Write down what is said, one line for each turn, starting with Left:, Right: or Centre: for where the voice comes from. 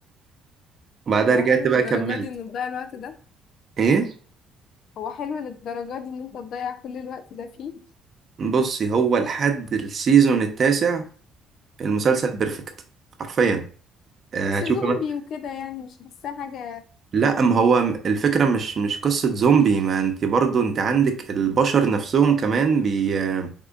Right: وبعدها
Left: هو
Right: رجعت
Left: حلو للدرجة
Right: بقى كملت
Left: دي إن تضيع الوقت ده
Right: ايه
Left: هو حلو للدرجة دي إن أنت تضيع كل الوقت ده فيه
Right: بصي هو لحد السيزون التاسع المسلسل بيرفكت حرفيا آه،
Left: بس
Right: هتشوفي
Left: زومبي
Right: مثلا
Left: وكده يعني مش حاساه حاجة
Right: لا ما هو الفكرة مش مش قصة زومبي ما انت برضو انت عندك البشر نفسهم كمان بي آه،